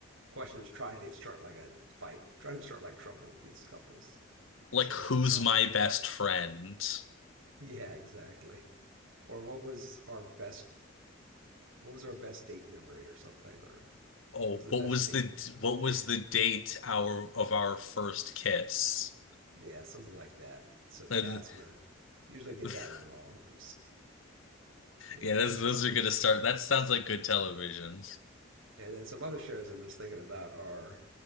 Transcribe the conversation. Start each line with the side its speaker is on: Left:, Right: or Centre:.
Right: questions trying to start like a fight, trying to start like trouble with these couples.
Left: Like,
Right: So
Left: who's
Right: some drama.
Left: my best friend?
Right: Yeah, exactly. Or what was our best? What was our best date memory or something? Or
Left: Oh,
Right: what was the
Left: what
Right: best
Left: was
Right: date
Left: the
Right: you? Went,
Left: what
Right: <laughs> yeah,
Left: was the date our of our first kiss?
Right: yeah, something like that. So the
Left: <laughs> Uh,
Right: guy's
Left: th-
Right: gonna usually get
Left: th-
Right: that
Left: <laughs>
Right: one wrong. <laughs> But yeah,
Left: Yeah,
Right: it's
Left: those
Right: it's.
Left: those
Right: I think
Left: are gonna
Right: it's pretty.
Left: start. That sounds like good television.
Right: And then some other shows I'm just thinking about are.